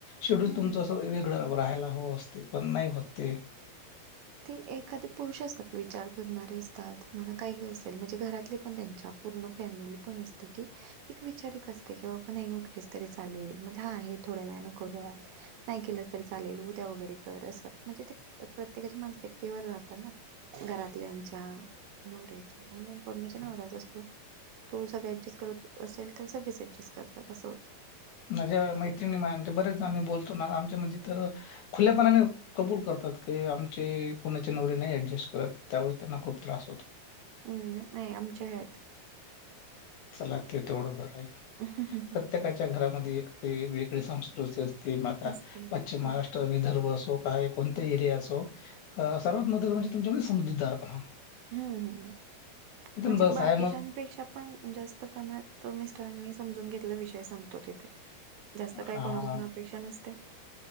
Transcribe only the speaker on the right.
हम्म.
ते एखादे पुरुष असतात विचार करणारे असतात म्हणा काही असेल म्हणजे घरातले पण त्यांच्या पूर्ण फॅमिली पण असते की एक विचारिक असते की बाबा नाही उठलेच तरी चालेल मग हा हे थोड्या वेळाने करूयात. नाही केलंस तर चालेल उद्या वगैरे कर असं म्हणजे ते प्रत्येकाच्या प्र्यतेवर राहत ना घरातल्यांच्या नवऱ्याच्या आणि मेन पॉडण्याच्या नवऱ्याचा असतो. तो सगळे ऍडजस्ट करत असेल तर सगळेच अँडजस्ट करतात असं होतं.
हम् नाही आमच्या आहेत.
ह ह ह ह <unintelligible>
असते हम्म
हम्म म्हणजे
बाकीच्यापेक्षा
पण जास्त प्रमा मिस्टरांनी समजून घेतला विषय सांगतो तिथे जास्त काही
कोणाकुठून अपेक्षा नसते.